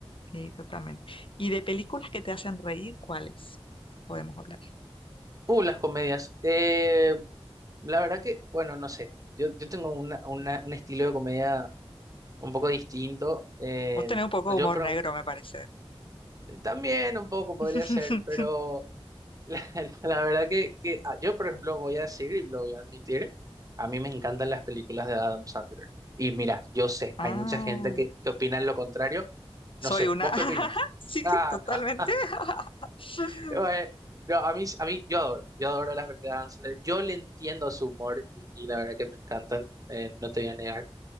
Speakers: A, on the left; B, on the right.
A: Sí, totalmente. ¿Y de películas que te hacen reír, cuáles podemos hablar?
B: Uh, las comedias. Eh, La verdad que, bueno, no sé. Yo, yo tengo una, una- un estilo de comedia un poco distinto. eh,
A: Vos tenés un poco de
B: yo
A: humor
B: pero,
A: negro, me parece.
B: también un poco podría
A: <laughs>
B: ser, pero la, <laughs> la verdad que, que ah, yo, por ejemplo, voy a decir y lo voy a admitir, a mí me encantan las películas de Adam Sandler. Y mira, yo sé,
A: Ah,
B: hay mucha gente que, que opina lo contrario.
A: soy
B: No sé,
A: una.
B: ¿vos
A: <laughs>
B: qué opinas?
A: Sí,
B: Ah,
A: totalmente.
B: no. <laughs>
A: <laughs>
B: Bueno, no, a mí, a mí, yo adoro, yo adoro las películas de Adam Sandler. Yo le entiendo su humor y, y la verdad que me encantan, eh, no te voy a negar.